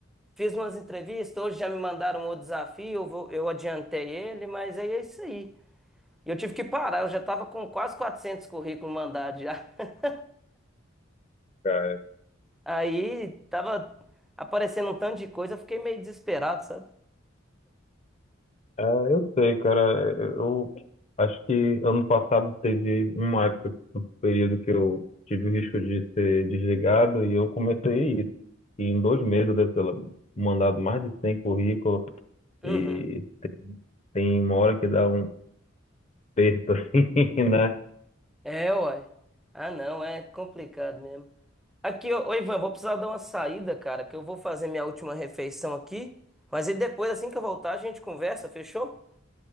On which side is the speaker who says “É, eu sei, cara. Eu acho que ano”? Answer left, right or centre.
Left